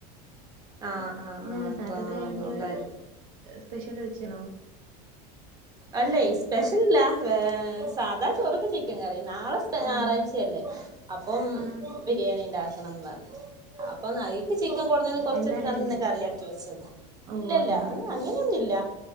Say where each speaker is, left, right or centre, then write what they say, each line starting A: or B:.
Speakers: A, on the right; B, on the right.
A: ആഹ് ആഹ്
B: ഇന്ന്
A: ആഹ്
B: സാറ്റർഡേ
A: അപ്പൊ
B: ആയോണ്ട്
A: അതോണ്ടായിരിക്കും
B: സ്പെഷ്യല് വെച്ചണോ
A: അല്ലേ സ്പെഷ്യൽല്ല സാധാണ ചോറുക്ക് ചിക്കൻ കറി നാളെ ഞായറാഴ്ചയല്ലേ
B: ആഹ്
A: അപ്പം
B: ആഹ്
A: ബിരിയാണി ഉണ്ടാക്കണം പറഞ്ഞു അപ്പൊ നൈക്ക് ചിക്കൻ കൊടുഞ്ഞേന്ന് കൊറച്ചെടുത്താണ്
B: എല്ലാ കിട്ടും.
A: ഇന്നൊക്ക് കറിയാക്കി വെച്ചതാ
B: ഓ
A: ഇല്ലല്ല
B: അങ്ങനെ അങ്ങനെ
A: അങ്ങനെയൊന്നുംല്ല